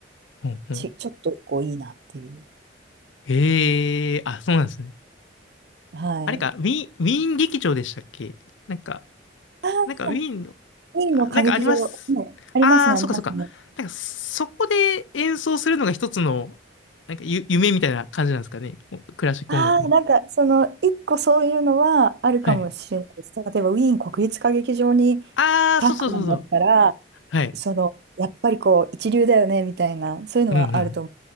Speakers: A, on the left; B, on the right.
A: あ、はあ。
B: ち、ちょっとこういいなっていう。
A: ええあ、そうなんですね。
B: はい。
A: あれか、ウィーン、ウィーン劇場でしたっけなんか、
B: あー、
A: なんかウィーンの、
B: ウィーンの歌劇場、
A: あ、なんかあります。
B: ね、ありますね、
A: ああ、
B: ありますね。
A: そっかそっか。なんか、そこで演奏するのが一つの、なんかゆ、夢みたいな感じなんですかね。おクラシック音楽の。
B: ああ、なんか、その、一個そういうのはあるかもしれないです。
A: はい。
B: 例えば、ウィーン国立歌劇場に立ったんだったら、
A: ああ、そうそうそうそう。はい。
B: その、やっぱりこう、一流だよね、みたいな、そういうのはあると思う。
A: うんうん。